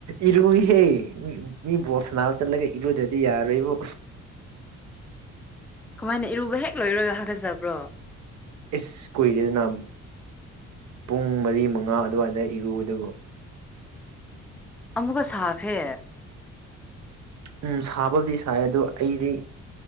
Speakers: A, on the right; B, in the centre.
A: ꯏꯔꯨꯏꯍꯦ ꯃꯤ ꯕꯣꯁꯅꯥꯎ ꯆꯠꯂꯒ ꯏꯔꯨꯗ꯭ꯔꯗꯤ ꯌꯥꯔꯣꯏꯕ
B: ꯀꯃꯥꯏꯅ ꯏꯔꯨꯕ ꯍꯦꯛ ꯂꯣꯏꯔꯣꯏꯒ ꯍꯥꯒꯠꯆꯕ꯭ꯔꯣ
A: ꯏꯁ ꯀꯨꯏꯔꯦꯗꯅ ꯄꯨꯡ ꯃꯔꯤ ꯃꯉꯥ ꯑꯗꯨꯋꯥꯏꯗ ꯏꯔꯨꯕ ꯑꯗꯨꯕꯨ
B: ꯑꯨꯀ ꯁꯥꯈ
A: ꯎꯝ ꯁꯥꯕꯕꯨꯗꯤ ꯁꯥꯏ ꯑꯗꯨꯗꯣ ꯑꯩꯗꯤ